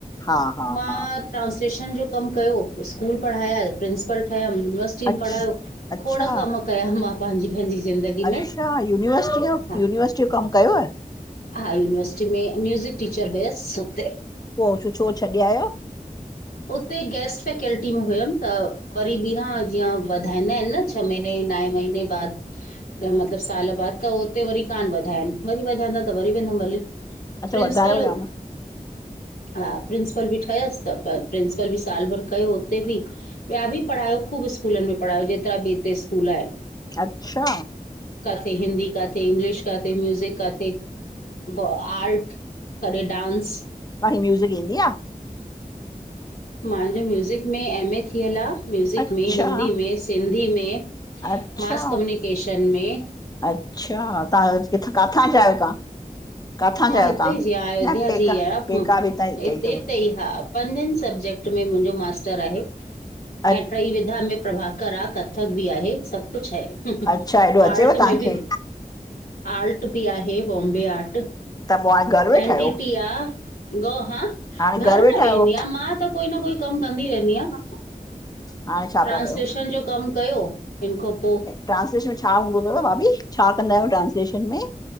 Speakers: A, on the left; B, on the left.
A: हा हा
B: मां
A: हा
B: ट्रांसलेशन जो कमु कयो, स्कूल पढ़ाया, प्रिंसिपल ठहियमि युनिवर्स टी
A: अछ
B: पढ़ायो।
A: अच्छा
B: खोड़ कम कया मां पांजी पंहिंजी ज़िंदगी
A: अच्छा
B: में।
A: यूनिवर्सिटी जो
B: हा
A: यूनिवर्सिटी जो कमु कयोव?
B: हा, यूनिवर्सिटी में म्यूज़िक टीचर हुयसि हुते।
A: पो छ छो छॾे आयव?
B: हुते गैस्ट फैकल्टी में हुयमि त वरी ॿीहां जीअं वधाईंदा आहिन न छह महीने, नाए महीने बाद त मतिलबु साल बाद त उते वरी कान वधायनि, वरी वधाईंदा त वरी वेंदमि भले।
A: अच्छा
B: प्रिंसिपल
A: वधायो याम
B: हां प्रिंसिप प्रपल बि ठयसि त पर प्रिंसिपल बि साल भर कयो हुते बि। ॿिया बि पढ़ायो ख़ूब स्कूलनि में पढ़ायो जेतिरा ॿ हिते स्कूल आहिनि।
A: अच्छा
B: काथे हिंदी, काथे इंग्लिश, काथे म्यूज़िक काथे पो आर्ट, कॾहिं डांस।
A: मांखे म्यूज़िक ईंदी आ।
B: मांजो म्यूज़िक में एम ए थियल आ। म्यूज़िक
A: आहे अच्छा
B: में, हिंदी में, सिंधी में,
A: अच्छा
B: मास कम्युनिकेशन में।
A: अच्छा! तव्हां किथ, काथां जा आयो तव्हां? काथां
B: मा
A: जा आहियो
B: हिते
A: तव्हां
B: जी अयोध्या
A: न पेका
B: जी आहियां
A: पेका बि त हिते
B: इत
A: अथव
B: ई हा पंजनि सब्जेक्ट में मुंहिंजो मास्टर आहे
A: अ
B: ऐं ट्रीई विधा में प्रभाकर आहे कथक बि आहे सब कुछ आहे
A: अच्छा हेॾो अचेव
B: आर्ट
A: तव्हांखे
B: में बि आर्ट बि आहे बॉम्बे आर्ट।
A: त पोइ हाणे घरु वेठा
B: एन
A: आहियो
B: टी टी आ ह,
A: हाणे
B: घर
A: घरु
B: न
A: वेठा
B: वेंदी
A: आहियो
B: आहियां मां त कोई न कोई कम कंदी रहंदी आहि
A: हाणे छा पिया
B: ट्रांसलेशन
A: कयो
B: जो कम कयो हिन खां पो
A: ट्रांसलेशन में छा हूंदो तव भाभी छा कंदा आहियूं ट्रांस्लेशन में?